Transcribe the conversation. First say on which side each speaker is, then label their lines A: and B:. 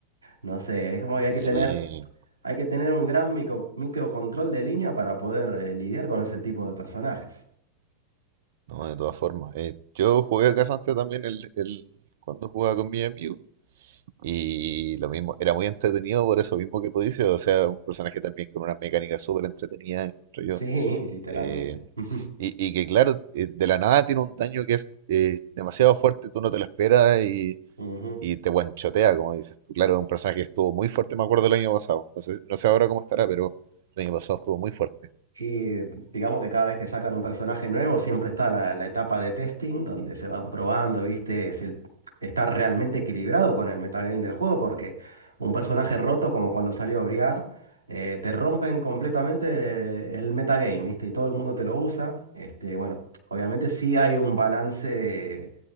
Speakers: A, on the right (about 75°); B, on the right (about 55°).
A: No sé, es como que hay que
B: sí.
A: tener hay que tener un gran micro- microcontrol de línea para poder eh, lidiar con ese tipo de personajes.
B: No, de todas formas. Eh, yo jugué Casante también el, el- cuando jugaba con mi amigo. Y lo mismo, era muy entretenido por eso mismo que tú dices. O sea, un personaje también con una mecánica súper entretenida, encuentro yo.
A: Sí, <laughs> literalmente.
B: Eh,
A: <laughs>
B: y, y que claro, eh, de la nada tiene un daño que es eh, demasiado fuerte, tú no te lo esperas y,
A: Ujú.
B: y te guanchotea, como dices tú. Claro, es un personaje que estuvo muy fuerte, me acuerdo el año pasado. No sé, no sé ahora cómo estará, pero el año pasado estuvo muy fuerte.
A: Y digamos que cada vez que sacan un personaje nuevo, siempre está la, la etapa de testing, donde se van probando, ¿viste? Si el- está realmente equilibrado con el metagame del juego, porque un personaje roto, como cuando salió Briar, eh, te rompen completamente el metagame, ¿viste? Y todo el mundo te lo usa. Este, bueno, obviamente sí hay un balance